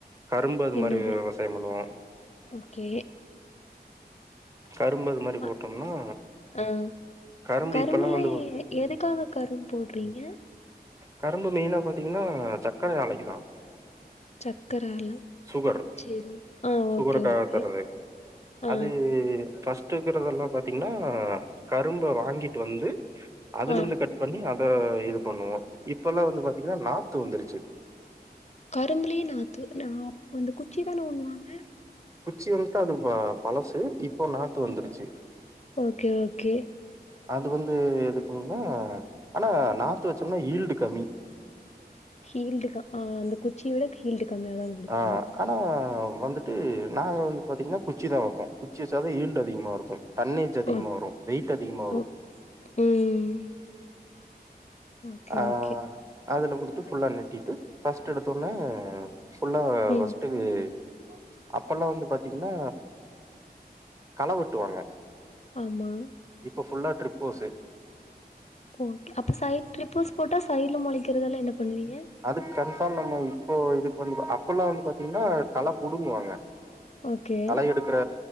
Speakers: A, on the right (about 20°); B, on the left (about 40°).
A: கரும்பு அது
B: என்னது
A: மாரி விவசாயம் பண்ணுவோம்
B: ஓகே
A: கரும்பு அது மாரி
B: அ
A: போட்டோம்னா
B: ஆஹ்
A: கரும்பு
B: கரும்புல
A: இப்பெல்லா வந்து
B: எதுக்காக கரும்பு போடுறீங்க
A: கரும்பு மெயினா பாத்தீங்கன்னா சக்கரை ஆலைக்குதான்
B: சக்கரால
A: சுகர்
B: சேரி ஆ
A: சுகருக்காக
B: ஓகே ஓகே
A: தரது
B: ஆ
A: அது ஃபர்ஸ்ட்க்கிறதெல்லாம் பாத்தீங்கன்னா கரும்ப வாங்கிட்டு வந்து அதுல
B: ஆ
A: இருந்து கட் பண்ணி அ ஆ இது பண்ணுவோம் இப்ப எல்லாம் வந்து பாத்தீங்கன்னா நாத்து வந்துருச்சு
B: கரும்புலே நாத்து ந கொந்த குச்சி தானே உண்ணுவாங்க
A: குச்சி வந்துட்டு அது பழசு இப்போ நாத்து வந்துருச்சு
B: ஓகே ஓகே
A: அது வந்து எதுக்குன்னா ஆனா நார்த்து வச்சோம்னா ஈல்டு கம்மி
B: ஹீல்டு ஆஹ் அந்த குச்சியோட ஹீல்டு கம்மியாதா குடுக்குமா
A: ஆஹ் ஆனா வந்துட்டு நாங்க வந்து பாத்தீங்ன்னா குச் குச்சி தா வப்பே குச்சி சத ஹீல் அதிகமாருக்கு தண்ணீர்ச் அதிகமா
B: ஓ
A: வரு வெயிட் அதிகமா வரு
B: ஓ ம் ஓகே
A: ஆ
B: ஓகே
A: அதுல வுட்டு ஃபுல்லா நெட்டிட்டு ஃபர்ஸ்ட்டு எடுத்தோனே ஃபுல்லா <unintelligible>
B: ம்
A: அப்பெல்லா வந்து பாத்தீங்ன்னா கள வெட்டுவாங்க
B: ஆமா
A: இப்ப ஃபுல்லா ட்ரிப் போசு
B: ஓகே அப்ப சைட்ரிக்கிஸ் போட்டா சைட்ல மொளைக்கறதலா என்ன பண்ணுவீங்க
A: அதுக்கு கன்ஃபார்ம் நம்ப இப்போ இது பண்ல அப்பெல்லா வந்து பாத்தீங்கன்னா கள புடுங்குவாங்க
B: ஓகே
A: கள எடுக்குற